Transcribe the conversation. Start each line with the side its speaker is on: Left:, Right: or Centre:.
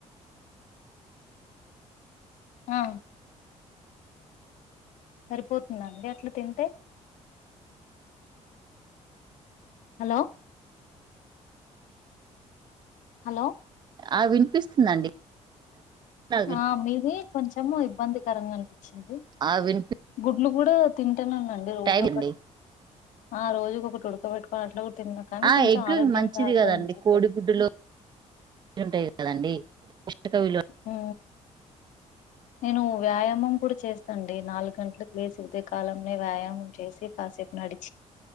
Left: ఆ సరిపోతుందా అండి అట్లా తింటే హలో హలో
Right: ఆ వినిపిస్తుందండి నాకు
Left: ఆ మీది కొంచెం ఏమో ఇబ్బందికరంగా అనిపి చింది
Right: ఆ వినిపి
Left: గు నులు కూడా తి టనేన్నాండి రోజు
Right: టైం
Left: ఒకటి
Right: అండి
Left: ఆ రోజుక ఒకటి ఉడకబట్టుకని అట్లా తిన్నా కానీ
Right: ఆ
Left: కొంచెం
Right: ఎగ్
Left: ఆరోగ్యం
Right: మంచిది
Left: సహకరించట్లే
Right: కదండి కోడి గుడ్డులో ఉంటాయి కదండి పౌస్టికవిలువ
Left: హూ నేను వ్యాయామం కూడా చేస్తాండి నాలుగు గంటలలకు లేసి కాలంని వ్యాయామం చేసి కాసేపు నాడి